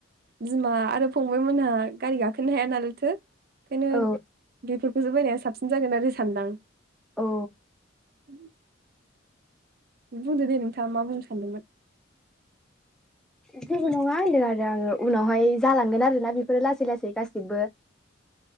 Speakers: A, on the right; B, in the centre.
A: बिमा आरो फंबाय मोनहा गारि गाखोनो हाया नालायथो ओंखायनो
B: औ
A: दैफोरखौसो बायनाया साबसिन जागोन आरो सानदां
B: औ।
A: उम। बुंदो दे नोंथाङा मा बुंनो सानदोंमोन
B: जेबो नङा होनदों आरो आङो उनावहाय जालांगोन आरोना बेफोरो लासै लासै गासिबो